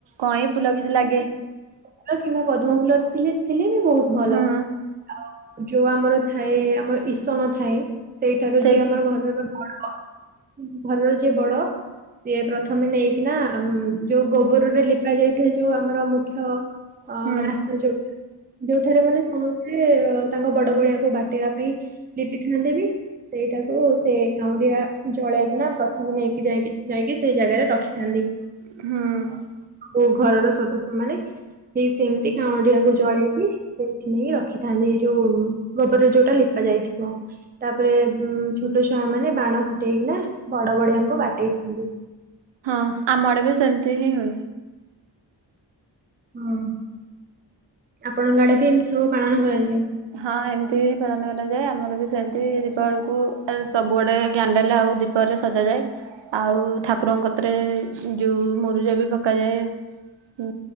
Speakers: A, on the right; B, on the right.
A: କଇଁ ଫୁଲ କିଛି ଲାଗେ।
B: ଭଲ କିମ୍ବା ପଦ୍ମ ଫୁଲ ଥିଲେ ଥିଲେ ବି ବହୁତ ଭଲ।
A: ହୁଁ
B: ଆ ଯୋଉ ଆମର ଥାଏ ଆମର ଇସଣ ଥାଏ ସେଇଠାରୁ
A: ସେଇଠି
B: ଯିଏ ଆମର ଘରର ବଡ ଘରର ଯିଏ ବଡ ସିଏ ପ୍ରଥମେ ନେଇକିନା ଯୋଉ ଗୋ ଗୋବର ରେ ଲିପା ଯାଇଥାଏ ଯୋଉ ଆମର ମୁଖ୍ୟ ଅ
A: ହୁଁ
B: ରାସ୍ତା ଯୋଉ ଯୋଉଠାରେ ମାନେ ସମସ୍ତେ ତାଙ୍କ ବଡ ବଡିଆକୁ ବାଟେଇବା ପାଇଁ ଲିପିଥାନ୍ତି ବି। ସେଇଟାକୁ ସେ କାଉଁରିଆ ଜଳେଇକିନା ପ୍ରଥମେ ନେଇକି ଯାଇି ଯାଇକି ସେଇ ଜାଗାରେ ରଖି ଥାଆନ୍ତି।
A: ହୁଁ।
B: ଓ ଘରର ସଦସ୍ୟ ମାନେ ଠିକ ସେମିତି କାଉଁରିଆ କୁ ଜଳେଇକି ସେଇଠି ନେଇକି ରଖିଥାନ୍ତି ଏଇ ଯୋଉ ଗୋବରରେ ଯୋଉଟା ଲିପା ଯାଇଥିବ। ତାପରେ ଛୋଟ ଉନ୍ ଛୁଆ ମାନେ ବାଣ ଫୁଟେଇକିନା ବଡ ବଡିିଆଙ୍କୁ ବାଟେଇ ଥାନ୍ତି।
A: ହଁ ଆମ ଆଡ଼େ ବି ସେମିତି ହିଁ ହୁଏ।
B: ହଁ ଆପଣଙ୍କ ଆଡେ ବି ଏମତି ସବୁ ପାଳନ କରାଯାଏ?
A: ହଁ ଏମିତି ହିଁ ପାଳନ କରାଯାଏ ଆମର ବି ସେମିତି ଦୀପାବଳି କୁ ସବୁଆଡେ କ୍ୟାଣ୍ଡେଲ ଆଉ ଦୀ ପରେ ସଜାଯାଏ ଆଉ ଠାକୁରଙ୍କ କତିରେ ଯୋଉଁ ମୁରୁଜ ବି ପକାଯାଏ। ହୁଁ